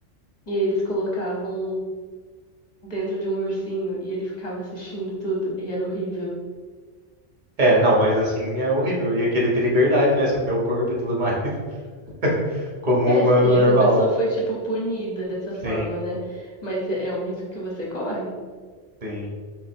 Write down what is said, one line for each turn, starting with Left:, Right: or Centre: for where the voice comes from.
Left: e aí eles colocavam dentro de um ursinho e ele ficava assistindo tudo e era horrível.
Right: É, não, mas assim é horrível. Eu ia querer ter liberdade, né, sobre meu corpo e tudo mais, <laughs> como
Left: É,
Right: um humano
Left: sim,
Right: normal.
Left: essa pessoa foi, tipo, punida dessa forma,
Right: Sim,
Left: né? Mas é é um risco que você corre?
Right: sim.